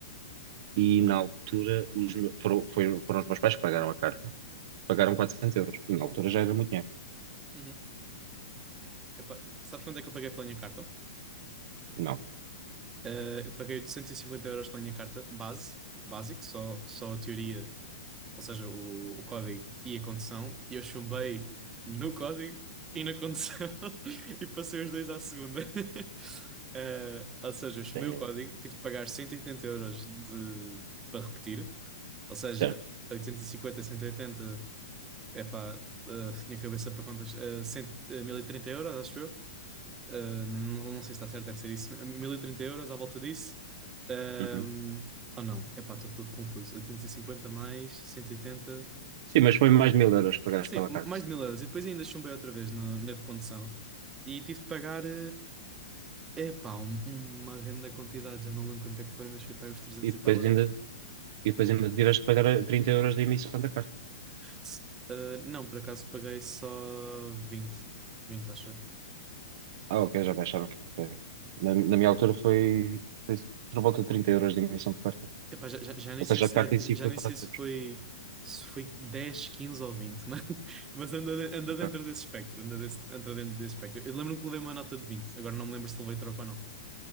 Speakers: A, on the right; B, on the right.
A: e na altura os, me- foram, foi- foram os meus pais que pagaram a carta. Pagaram 400 euros. E na altura já era muito dinheiro.
B: Uhum. Epá, sabes quanto é que eu paguei pela minha carta?
A: Não.
B: Eh, eu paguei 850 euros pela minha carta base, básico, só, só a teoria ou seja, o, o código e a condução, e eu chumbei no código e na condução <laughs> e passei os dois à segunda. <laughs> Eh, ou seja, eu chumei
A: É,
B: o código, tive de pagar 180 euros de, para repetir, ou seja,
A: certo.
B: 850, 180, é pá, tinha cabeça para contas, eh, 100, eh, 1030 euros, acho eu. Eh, não, não sei se está certo, deve ser isso. 1030 euros à volta disso. Ahm,
A: Uhum.
B: ou não, é pá, estou todo confuso. 850 mais 180.
A: Sim, mas foi mais mil euros que pagaste
B: Sim,
A: pela
B: m-
A: carta,
B: mais
A: sim.
B: de mil euros. E depois ainda chumbei outra vez no- na de condução. E tive de pagar, é epá, um- uma grande quantidade. Já não lembro quanto é que foi, mas foi para aí uns 300
A: E
B: e
A: depois
B: tal euros.
A: ainda, e depois ainda tiveste de pagar a 30 euros de emissão da carta.
B: Se- eh, não, por acaso paguei só vinte 20 acho eu.
A: Ah, ok, já baixaram. ok. Na, na minha altura foi, foi por volta de 30 euros de emissão de carta.
B: Epá, já, já, já nem
A: Ou
B: sei
A: seja,
B: se
A: a carta
B: é-
A: em
B: já
A: si
B: já
A: foi
B: nem
A: quatrocentos
B: sei se foi, se foi 10 15 ou 20 mas, <laughs> mas anda, de- anda
A: Ok,
B: dentro desse espectro. Anda, desse, anda dentro desse espectro. Eu lembro-me que levei uma nota de vinte Agora não me lembro se levei troco ou não.